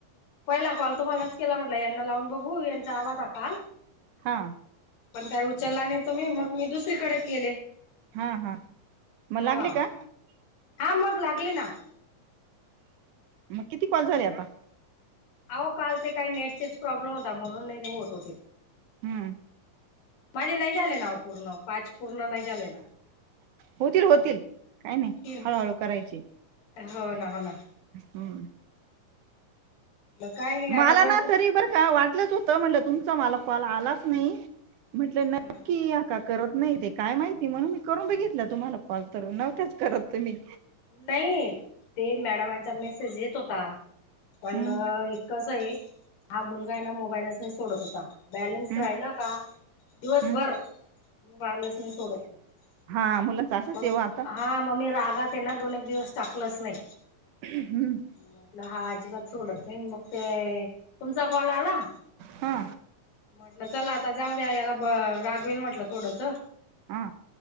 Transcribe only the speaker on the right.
हा
हा हा मग
लागले का
मग किती कॉल झाले आता?
हम्म
होतील होतील काय नाही
हळूहळू करायची.
हम्म
मला
ना तरी बर का वाटलं? होत म्हटलं तुमचा मला कॉल आलाच नाही, म्हटलं
नक्की करत नाही, ते काय माहिती म्हणून मी करून बघितलं तुम्हाला कॉल, तर नव्हच करत तुम्ही.
हम्म
हम्म
हम्
हा मुलांच असंच
येव आता
हम्
हा
हा